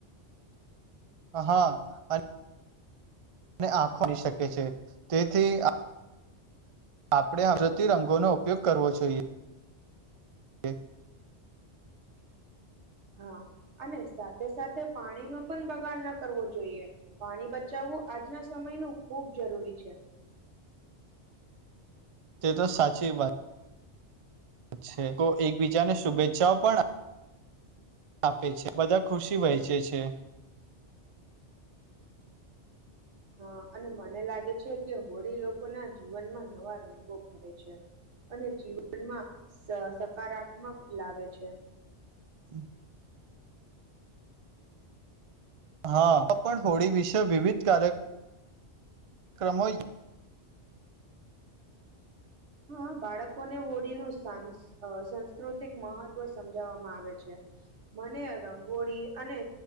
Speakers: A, on the right; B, on the right.
A: હા અને આખોની શકે છે તેથી આપણે આદરતી રંગોનો ઉપયોગ કરવો જોઈએ <inaudible>
B: હા અને સાથે સાથે પાણીનો પણ બગાડ ન કરવો જોઈએ પાણી બચાવવું આજના સમયનું ખૂબ જરૂરી છે
A: તે તો સાચી વાત અચ્છા તો એકબીજાને શુભેચ્છાઓ પણ આપે છે બધા ખુશી વહેંચે છે
B: હા અને મને લાગે છે કે હોળી લોકોના જીવનમાં નવા રંગો ભરે છે અને જીવનમાં સકારાત્મક લાવે છે
A: <inaudible> હા પણ હોળી વિશે વિવિધ કાર્ય કાર્યક્રમો
B: હા બાળકોને હોળીનું સા સાંસ્કૃતિક મહત્વ સમજાવવામાં આવે છે મને રંગોળી અને